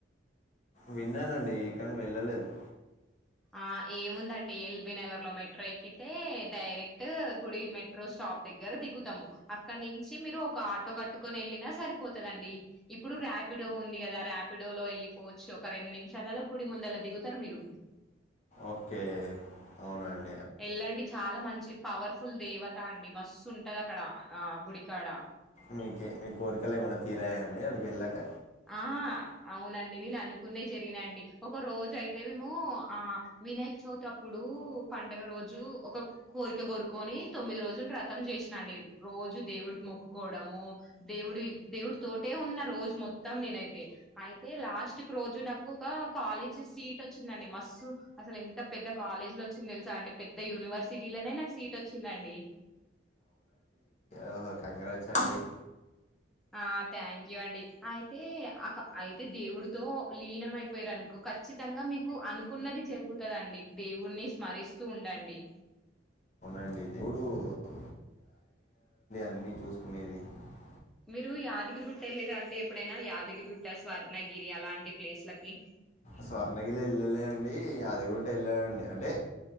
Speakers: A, on the left; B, in the centre.
A: విన్నానండి ఇక్కని వెళ్ళలేదు
B: ఆ ఏముందండి ఎల్బి నగర్ లో మెట్రో ఎక్కితే డైరెక్ట్ గుడి మెట్రో స్టాప్ దగ్గర దిగుతాము అక్కడి నుంచి మీరు ఒక ఆటో కట్టుకొని వెళ్ళినా సరిపోతుందిండి ఇప్పుడు ర్యాపిడో ఉంది కదా ర్యాపిడోలో వెళ్ళిపోవచ్చు ఒక రెండు నిమిషాలలో గుడి ముందలా దిగుతారు మీరు
A: ఓకే అవునండి
B: వెళ్ళండి చాలా మంచి పవర్ఫుల్ దేవత అండి మస్తు ఉంటది అక్కడ ఆ గుడికాడ
A: మీక మీ కోరికలు ఏమన్నా తీరాయా అంటే ఆకడికివేల్లక
B: ఆ అవునండి నేను అనుకునే జరిగినా అండి ఒక రోజు అయితే మేము ఆ వినాయక చవితి అప్పుడు పండుగ రోజు ఒక కోరిక కోరుకొని తొమ్మిది రోజులు ర్రతం చేసినాండి రోజు దేవుడికి మొక్కుకోవడము దేవుడి దేవుడి తోటి టే ఉన్న రోజు మొత్తం నేనైతే అయితే లాస్ట్కు రోజు నాకు ఒక కాలేజీ సీట్ వచ్చిందండి మస్స్తు అసలు ఎంత పెద్ద కాలేజీ లో వచ్చిందో తెలుసా అండి పెద్ద యూనివర్సిటీలోనే నాకు సీట్ వచ్చిందండి
A: ఓహో కంగ్రాట్ అండి
B: ఆ థ్యాంక్ యూ అండి అయితే అ అయితే దేవుడితో లీనమయిపోయారునుకో ఖచ్చితంగా మీకు అనుకున్నది జరుగుతుదండి దేవుడిని స్మరిస్తూ ఉండండి
A: మీ దేవడు <unintelligible> <inaudible> <unintelligible>
B: మీరు యాదగిరిగుట్ట వెళ్ళిరా అండి ఎప్పుడైనా యాదగిరిగుట్ట స్వర్ణగిరి అలాంటి ప్లేస్ లకి
A: స్వర్ణగిల వెల్ళలే అండి అదిగుట్ట ఎల్లాలండీ అంటే